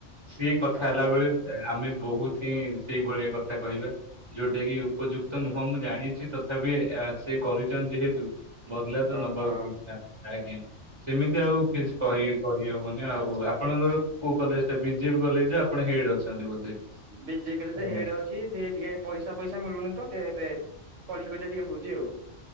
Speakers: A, on the right; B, on the right.
A: ସିଏ କଥା
B: ହଁ
A: ହେଲା
B: ହଁ
A: ବଳେ ଆମେ ବୋହୁତି ହିଁ ସେଇଭଳିଆ କଥା କହିବା ଯୋଉଟା କି ଉପଯୁକ୍ ତ ନୁହଁ ମୁଁ ଜାଣିଚି ତଥାପି ସେ କରିଛନ୍ତି ଯେହେତୁ ବଦ୍ଲା ତ
B: ଓହୋ
A: ନବାକୁ ପଡିଲା। ଆଜ୍ଞା ସେମିତି ଆଉ କିଛି କହି କରିହବନି ଆଉ ଆପଣଙ୍କର କୋଉ କଲେଜ ଟା ବିଜେପି କଲେଜ ଆପଣ ହେଡ୍ ଅଛନ୍ତି ବୋଧେ।
B: ବିଜେ କାଲି
A: ଆଜ୍ଞା
B: ହେଡେ ଅଛି ସେ ଟିକେ ପଇସା ପଇସା ମିଳୁନି ତ ଟିକେ ଏବେ କଳିିକଜା ଟିକେ ହୋଉଚି। ଯେଉ।